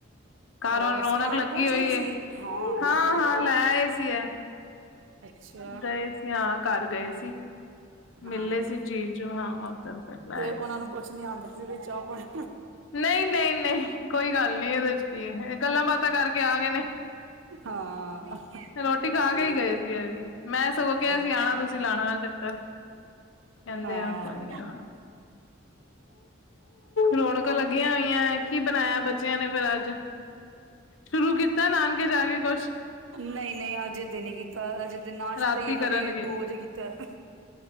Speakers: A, on the left (about 85°); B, on the right (about 85°).
A: ਘਰ
B: ਹੋਰ
A: ਹੁਣ
B: ਸਮਾਨ
A: ਰੋਣਕ ਲੱਗੀ
B: ਪਹੁੰਚ
A: ਹੋਈ
B: ਗਿਆ
A: ਏ,
B: ਸੀ ਹਾਂ ਬਹੁਤ
A: ਹਾਂ-ਹਾਂ। ਲੈ ਆਏ ਸੀ ਐ।
B: ਅੱਛਾ
A: ਗਏ ਸੀ, ਹਾਂ ਘਰ ਗਏ ਸੀ,
B: ਹਾਂ
A: ਮਿਲ ਲੈ ਸੀ ਜੀਜੂ ਹਾਂ। ਉੱਧਰ ਫਿਰ ਲੈ
B: ਤੇ
A: ਆਏ
B: ਉਹਨਾਂ
A: ਸੀ।
B: ਨੂੰ ਕੁਛ ਨੀ ਆਂਦਾ ਸੀ, ਵੀ ਚਾਹ ਪਾਣੀ।
A: ਨਈ-ਨਈ ਨਈ, ਕੋਈ ਗੱਲ ਨੀ ਇਹਦੇ ਚ ਕੀ ਏ ਗੱਲਾਂ ਬਾਤਾਂ ਕਰਕੇ ਆ ਗਏ ਨੇ।
B: ਹਾਂ।
A: ਰੋਟੀ ਖਾ
B: ਠੀਕ
A: ਕੇ ਹੀ
B: ਹੈ
A: ਗਏ ਸੀ ਅਸੀਂ, ਮੈਂ ਸਗੋਂ ਕਿਹਾ
B: ਅੱਛਾ
A: ਸੀ ਆਂਣਾ ਤੁਸੀਂ ਲਾਣਾ ਚੱਕਰ। ਕਹਿੰਦੇ
B: ਹਾਂ
A: ਆ ਕੋਈ ਨੀ ਆ, ਰੌਣਕਾਂ ਲੱਗੀਆ ਹੋ ਈਆ ਕੀ ਬਣਾਇਆ ਬੱਚਿਆਂ ਨੇ ਫੇਰ ਅੱਜ? ਸ਼ੁਰੂ ਕੀਤਾ ਨਾਨਕੇ ਜਾ ਕੇ ਕੁਛ
B: ਨਈ-ਨਈ ਹਜੇ ਤੇ ਨੀ ਕੀ ਤਾਂ ਹਜੇ ਤੇ ਨਾਸ਼ਤਾ
A: ਰਾਤੀ
B: ਈ ਇਹਨਾਂ
A: ਕਰਨਗੇ
B: ਨੇ ਦੋ ਵਜੇ ਕੀਤਾ ਐ।